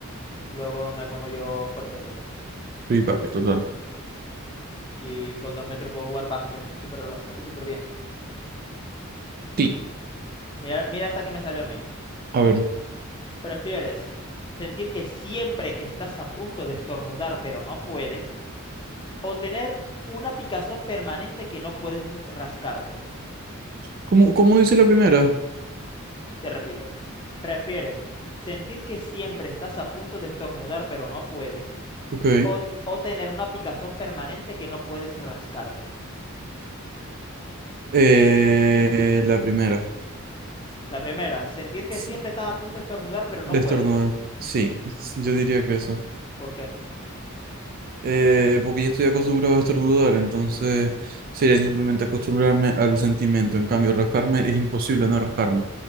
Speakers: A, on the left; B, on the right.
A: Luego me pongo yo fuertote.
B: Sí, papi, total.
A: Y con dos metros puedo jugar básquet súper, eh, súper bien.
B: Sí.
A: Mira, mira esta que me salió a mí.
B: A ver.
A: ¿Prefieres sentir que siempre estás a punto de estornudar pero no puedes? ¿O tener una picazón permanente que no puedes rascarte?
B: ¿Cómo, cómo dice la primera?
A: Te repito, ¿prefieres sentir que siempre estás a punto de estornudar pero no puedes?
B: Ok.
A: ¿O, o tener una picazón permanente que no puedes rascarte?
B: Eh, la primera.
A: La primera, sentir que
B: Sí,
A: siempre estás a punto de estornudar pero no
B: Destornudar.
A: puedes.
B: Sí, yo diría que eso.
A: ¿Por qué?
B: eh, porque ya estoy acostumbrado a estornudar, entonces sería simplemente acostumbrarme al sentimiento. En cambio, rascarme es imposible no rascarme.